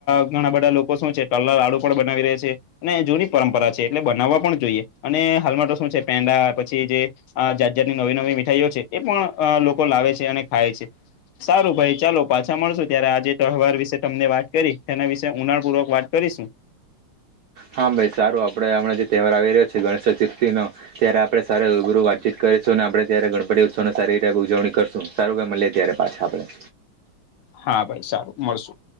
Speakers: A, on the left (about 75°); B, on the right (about 75°).
A: ઘણા અહ બધા લોકો શું છે, તલના લાડુ પણ બનાવી રેય છે. અને જૂની પરંપરા છે, એટલે બનાવવા પણ જોઈએ. અને હાલમાં તો શું છે પેંડા પછી જે આ જાત જાતની નવી નવી મીઠાઈઓ છે, એ પણ લોકો લાવે છે અને ખાય છે. સારું ભાઈ ચાલો. પાછા મળશું ત્યારે આજે તહેવાર વિશે તમને વાત કરી તેના વિશે ઊંડાણપૂર્વક વાત કરીશું.
B: હા ભાઈ સારું આપડે હમણા જે તહેવાર આવી રહ્યો છે ગણેશ ચતુર્થી નો ત્યારે આપણે સારલ ગુરુ વાતચીત કરીશું, અને આપણે ત્યારે ગણપતિ ઉત્સવની સારી રીતે ઉજવણી કરશું, સારુ ભાઈ મળીએ ત્યારે. પાછા આપણેે.
A: હા ભાઈ સારું મળશું.